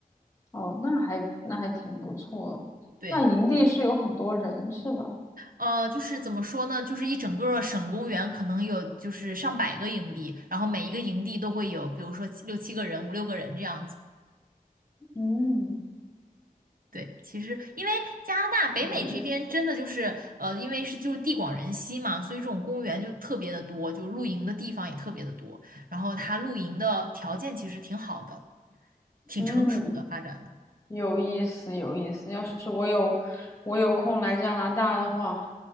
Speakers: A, on the left; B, on the right.
A: 哦，那还那还挺不错的。
B: 对，
A: 那营地是有很多人是吧？
B: 呃，就是怎么说呢？就是一整个省公园可能有就是上百个营地，然后每一个营地都会有，比如说七六七个人、五六个人这样子。
A: 嗯，
B: 对，其实因为加拿大北美这边真的就是呃，
A: 有意思。
B: 因为是就是地广人稀嘛，所以这种公园就特别的多，就是露营的地方也特别的多，然后它露营的条件其实挺好的，挺成熟的发展的，
A: 嗯。有意思，有意思。要是我有我有空来加拿大的话，